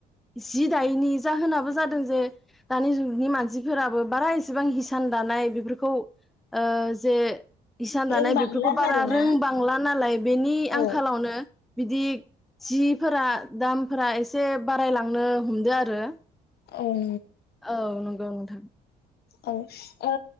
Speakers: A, in the centre; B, on the left (about 70°).
A: जि दायैनि जाहोनाबो जादों जे दानि जुगनि मानसिफोराबो बारा एसेबां हिसान दानाय बेफोरखौ बे खौ ओ जे इसान दानाय
B: रोंबांला
A: बेफोरखौ बारा
B: आरोना
A: रोंबांला नालाय बेनि आंखालावनो
B: औ
A: बिदि जिफोरा दामफोरा एसे बारायलांनो हमदो आरो
B: औन
A: औ नंगौ नथां
B: औ ओ